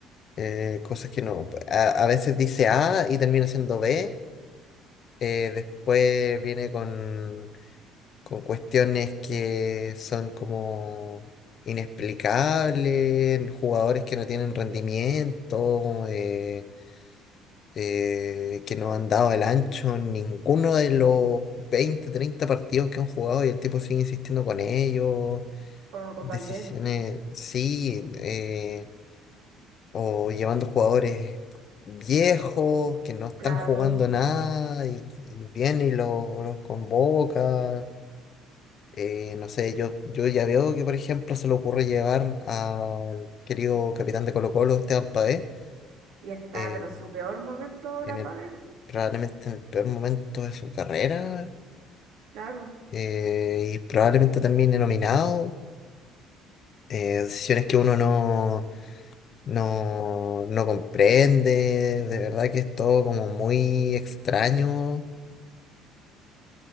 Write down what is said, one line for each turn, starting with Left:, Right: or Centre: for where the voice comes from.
Left: eh, cosas que no, a, a veces dice A y termina siendo B, eh, después viene con... con cuestiones que son como inexplicables, jugadores que no tienen rendimiento, eh, eh, que no han dado el ancho en ninguno de los 20 30 partidos que han jugado y el tipo sigue insistiendo con ellos,
Right: como con
Left: decisiones,
Right: Valdés,
Left: sí, eh, o llevando jugadores viejos que no están
Right: claro.
Left: jugando nada y, y viene y los los convoca. Eh, no sé, yo, yo ya veo que, por ejemplo, se le ocurre llevar al querido capitán de Colo-Colo, Esteban Paez,
Right: Y está,
Left: eh,
Right: pero en su peor momento ahora,
Left: en el,
Right: Pavel,
Left: probablemente en el peor momento de su carrera,
Right: claro.
Left: eh, y probablemente termine nominado. eh, decisiones que uno no, no, no comprende, de verdad que es todo como muy extraño.